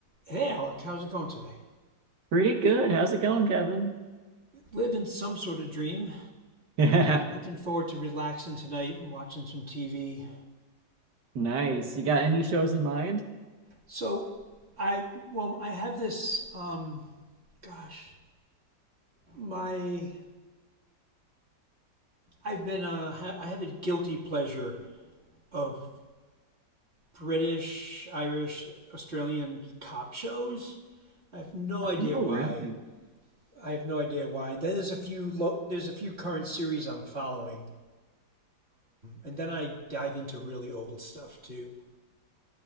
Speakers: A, on the right (about 35°); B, on the right (about 70°).
A: Hey, Alec, how's it going today?
B: Pretty good. How's it going, Kevin? <laughs>
A: Living some sort of dream.
B: Yeah,
A: Looking forward to relaxing tonight and watching some TV.
B: nice. You got any shows in mind?
A: So, I well, I have this. Um, gosh, my I've been uh, I have a guilty pleasure of British, Irish, Australian cop shows. I have no idea
B: Oh,
A: why.
B: really?
A: I have no idea why. Then there's a few lo- there's a few current series I'm following, and then I dive into really old stuff too.